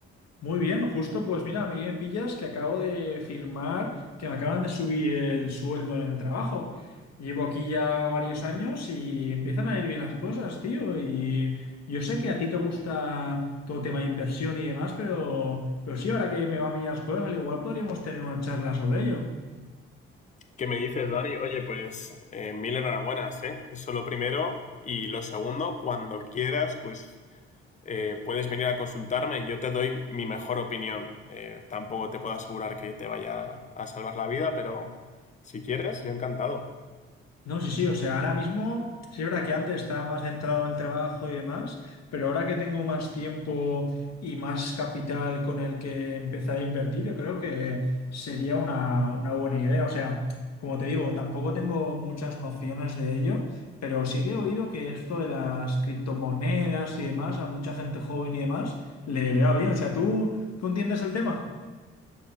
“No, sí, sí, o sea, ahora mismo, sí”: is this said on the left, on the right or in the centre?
Left